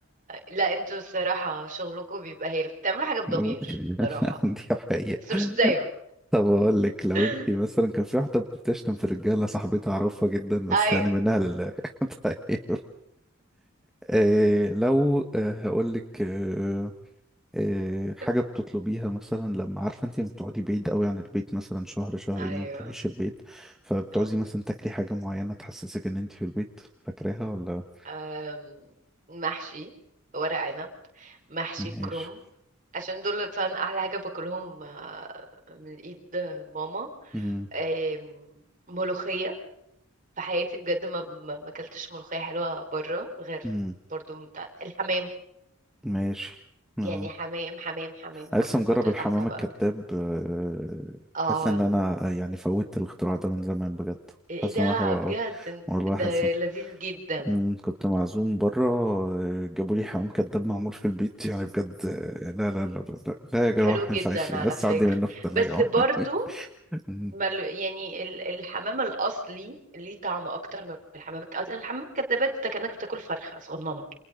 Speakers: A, on the right; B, in the centre.
A: لا انتوا الصراحة شغلكم بيبقى هايل بتعملوا حاجة بضمير
B: <laughs>
A: صراحة
B: دي حقيقه
A: بس مش دايما
B: طب اقول لك لو
A: <laughs>
B: انت مثلا كان في واحده بتشتم في الرجاله صاحبتي اعرفها جدا بس
A: ايوه
B: يعني منها لله <laughs> طيب إيه لو آه، هقول لك آه، آه، حاجة
A: <laughs>
B: بتطلبيها مثلا لما عارفة انت بتقعدي بعيد قوي عن البيت مثلا شهر شهرين
A: ايوه
B: وما تروحيش البيت فبتعوزي
A: اه
B: مثلا تاكلي حاجة معينة تحسسك ان انت في البيت فاكراها ولا
A: آم، محشي ورق عنب محشي
B: ماشي
A: كروم عشان دول فعلا احلى حاجه باكلهم آه، من ايد ماما
B: امم
A: آم، ملوخيه في حياتي بجد ما ما ما اكلتش ملوخيه حلوه بره غير
B: امم
A: برضو بتاع الحمام
B: ماشي آه.
A: يعني حمام حمام حمام
B: أنا
A: حمام
B: لسه مجرب
A: حط تحتها
B: الحمام
A: بقى
B: الكذاب
A: ميت-
B: آه،
A: اه
B: حاسس ان انا آه، يعني فوتت الاختراع ده من زمان بجد
A: ايه
B: حاسس
A: ده
B: ان هو حلو
A: بجد
B: قوي والله
A: ده
B: حاسس
A: لذيذ جدا
B: مم، كنت معزوم بره آه، جابوا لي حمام كداب معمول في البيت يعني بجد آه، لا لا لا لا لا, لا يا جماعة
A: حلو جدا
B: مش عايشين
A: على
B: لسه
A: فكره
B: عندي منه في التلاجة
A: بس
B: أهو.
A: برضو
B: <laughs> مم.
A: ما ال- يعني ال- الحمام الاصلي ليه طعم اكتر من الحمام الك- أصل الحمام الكدابات انت كانك بتاكل فرخه صغننه